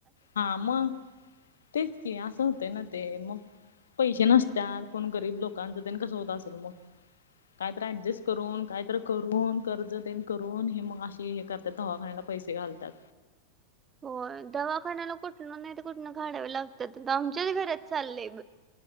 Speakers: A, on the left (about 65°); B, on the right (about 20°).
A: हा मग तेच की असं होत ना ते मग पैसे नसतात कोण गरीब लोकांचं त्यांनी कसं होत असेल मग कायत ऍडजस्ट करून कायत करून कर्ज त्यां करून हे मग अशी हे कर त्या दवाखा्याला पैसे घालतात.
B: हो दवाखान्याला कुठन नाही तर कुठनं काढाव लागत. तर आमच्याच घरात चाललंय